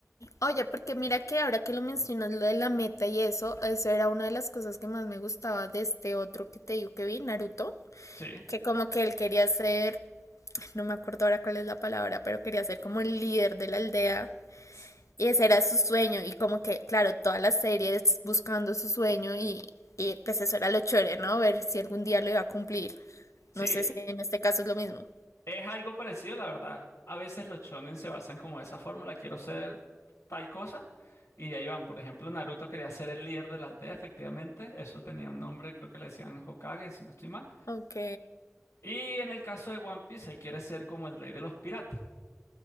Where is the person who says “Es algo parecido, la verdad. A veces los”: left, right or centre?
Left